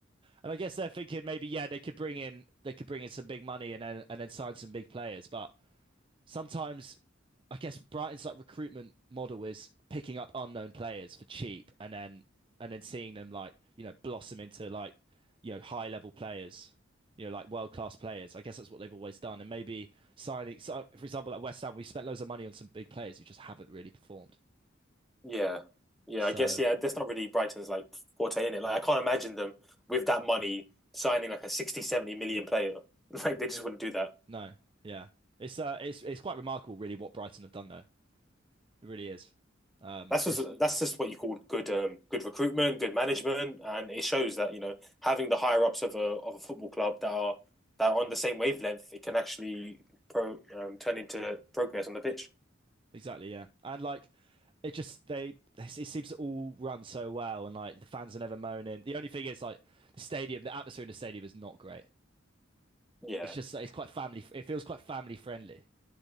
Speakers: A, on the right; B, in the centre.
A: And I guess they're thinking maybe yeah they could bring in they could bring in some big money and then and then sign some big players, but sometimes I guess Brighton's like recruitment model is picking up unknown players for cheap and then and then seeing them like, you know, blossom into like, you know, high level players, you know, like world class players. I guess that's what they've always done. And maybe signing so for example at West Ham we spent loads of money on some big players who just haven't really performed.
B: Yeah, yeah.
A: So
B: I guess yeah. That's not really Brighton's like forte in it. Like I can't imagine them with that money signing like a sixty, seventy million player. <laughs> Like they just wouldn't do that.
A: no, yeah. It's uh it's it's quite remarkable really what Brighton have done though. It really is. Um
B: That's just
A: it's
B: that's just what you call good um good recruitment, good management, and it shows that you know having the higher ups of a of a football club that are that are on the same wavelength, it can actually pro um, turn into progress on the pitch.
A: exactly, yeah. And like it just they it seems to all run so well and like the fans are never moaning. The only thing is like the stadium, the atmosphere in the stadium is not great.
B: Yeah,
A: It's just it's quite family. It feels quite family friendly,